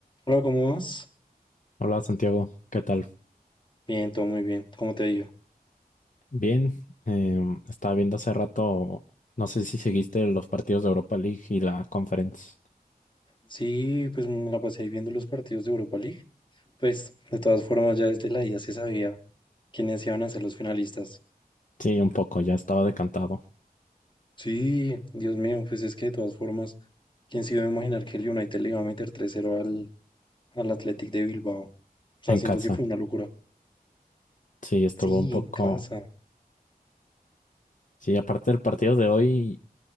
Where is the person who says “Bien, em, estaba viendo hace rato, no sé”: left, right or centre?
Left